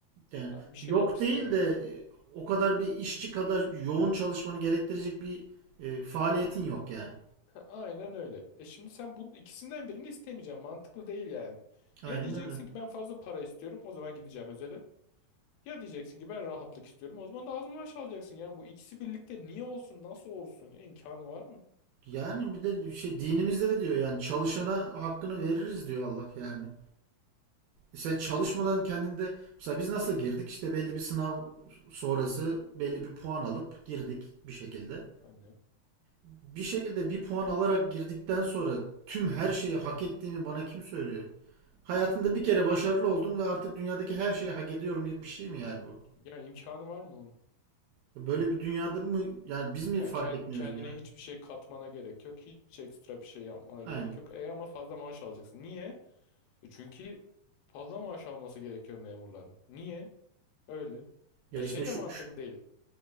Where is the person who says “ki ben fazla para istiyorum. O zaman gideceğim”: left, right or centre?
Left